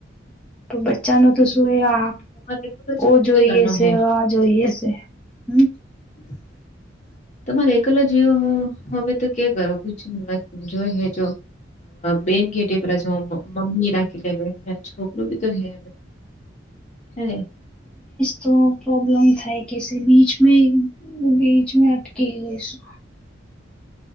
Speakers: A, in the centre; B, on the left (about 40°).
A: તો બચ્ચા
B: સહી
A: ન તો શું? એ હ,
B: તમારે એકલો જીવ
A: ઓ જોઈએ,
B: ઘરનો હે
A: આ જોઈએશે. હમ.
B: <unintelligible> તમારે એકલા જાવ, હવે તો કે કરો જોઈ હેજ. બેન ગેટી મમ્મી રાખી લે, છોકરું બી તો હે. સોરી.
A: તો પ્રોબ્લમ થાય કે, બીચ મે. બીચ મે અટકે ગ